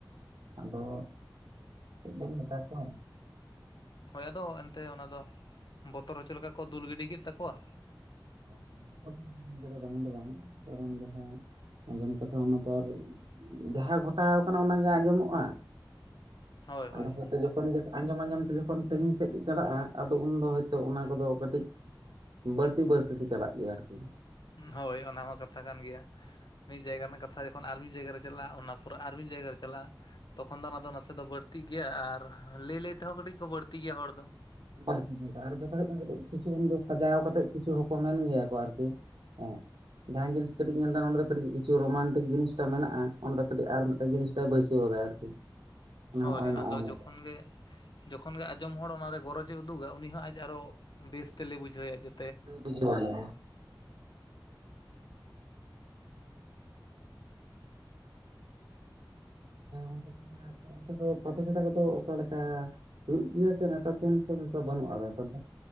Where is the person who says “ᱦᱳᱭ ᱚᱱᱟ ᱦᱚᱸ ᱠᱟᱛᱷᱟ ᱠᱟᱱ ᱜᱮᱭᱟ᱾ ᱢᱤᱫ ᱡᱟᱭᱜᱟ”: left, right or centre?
Left